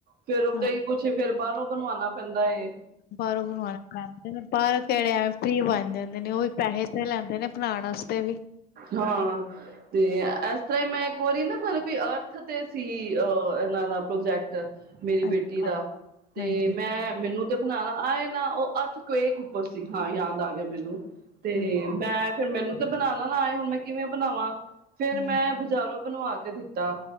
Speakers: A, on the right; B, on the left.
A: ਫੇਰ ੳ
B: ਹਾਂ
A: ਕਈ ਕੁੱਛ ਫੇਰ ਬਾਹਰੋਂ ਬਨਵਾਨਾ ਪੈਂਦਾ ਐ
B: ਬਾਹਰੋਂ ਬਣਵਾਣਾ ਪੈਂਦੇ ਨੇ ਬਾਹਰੋਂ ਕਿਹੜੇ ਐਵੇਂ ਫੀ ਬਣ ਜਾਂਦੇ ਨੇ ਉਹ ਵੀ ਪੈਸੇ ਤੇ ਲੈਂਦੇ ਨੇ। ਬਣਾਣ ਵਾਸਤੇ ਵੀ
A: ਹਾਂ, ਤੇ ਇਸ ਤਰ੍ਹਾਂ ਹੀ ਮੈਂ ਇੱਕ ਵਾਰੀ ਨਾ ਮਤਲਬ ਅਰਥ ਤੇ ਸੀ ਅਹ ਇਹਨਾਂ ਦਾ ਪ੍ਰੋਜੈਕਟ, ਮੇਰੀ
B: ਅੱਛਾ
A: ਬੇਟੀ ਦਾ ਤੇ
B: ਹਾਂਜੀ
A: ਮੈਂ ਮੈਨੂੰ ਬਣਾਣਾ ਆਏ ਨਾ ਉਹ ਅਰਥ <unintelligible> ਉੱਪਰ ਸੀ ਹਾਂ ਯਾਦ ਆ ਗਿਆ ਮੈਨੂੰ ਤੇ
B: ਹਾਂਜੀ
A: ਮੈਂ ਫਿਰ ਮੈਨੂੰ ਤੇ ਬਣਾਣਾ ਨਾ ਆਏ ਹੁਣ ਮੈਂ ਕਿਵੇਂ ਬਣਾਵਾਂ ਫਿਰ
B: ਹੂੰ
A: ਮੈਂ ਬਾਜ਼ਾਰੋਂ ਬਣਵਾ ਕੇ ਦਿੱਤਾ।